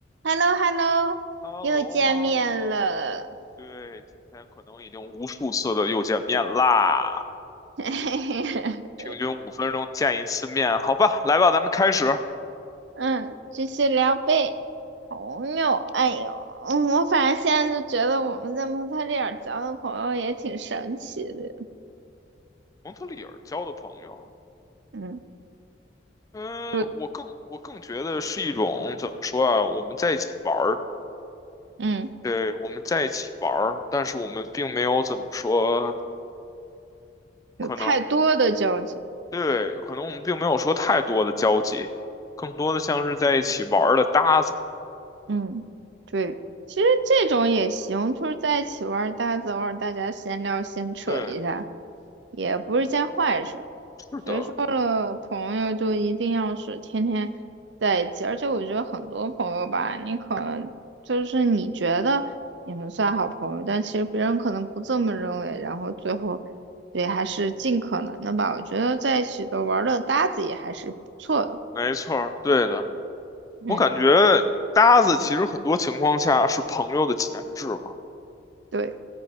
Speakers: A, on the right; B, on the left.
A: h e l l o h e l l o
B: h e
A: 又见面了。
B: l l o h e l l o 对，今天可能已经无数次的又见面啦，
A: <laughs>
B: 平均五分钟见一次面，好吧，来吧，咱们开始。
A: 嗯，继续聊呗。朋友，哎呦，嗯我反正现在就觉得我们在蒙特利尔交的朋友也挺神奇的。
B: 蒙特利尔交的朋友，
A: 嗯，
B: 嗯，
A: 就
B: 我更我更觉得是一种怎么说啊？我们在一起玩儿，
A: 嗯，
B: 对，我们在一起玩儿，但是我们并没有怎么说，
A: 有太多的交集。
B: 可能对，可能我们并没有说太多的交集，更多的像是在一起玩儿的搭子。
A: 嗯，对，其实这种也行，就是在一起玩儿搭子，大家偶尔大家闲聊闲扯一下，
B: 对，
A: 也不是件坏事。
B: 是的，
A: 谁说了朋友就一定要是天天在一起？而且我觉得很多朋友吧，你可能就是你觉得你们算好朋友，但其实别人可能不这么认为，然后最后，也还是尽可能的吧。我觉得在一起的玩儿的搭子也还是不错的。
B: 没错儿，对的。
A: 嗯，
B: 我感觉搭子其实很多情况下是朋友的前置嘛。
A: 对，